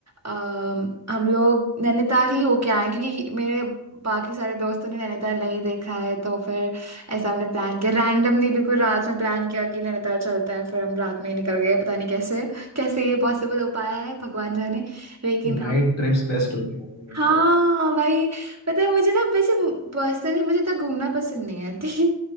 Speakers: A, on the right; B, on the left.
A: अम, हम लोग नैनीताल ही होके आए हैं, क्योंकि मेरे बाकी सारे दोस्तों ने नैनीताल नहीं देखा है तो फिर ऐसा हमने प्लान किया रैंडमली बिल्कुल रात में प्लान किया कि नैनीताल चलते हैं फिर हम रात में ही निकल गए पता नहीं कैसे कैसे ये पॉसिबल हो पाया है भगवान जाने लेकिन
B: नाइट
A: हाँ
B: ट्रिप्स बेस्ट होती है मतलब
A: हाँ भाई पता है मुझे ना वैसे पर्सनली मुझे तो घूमना पसंद नहीं है ठीक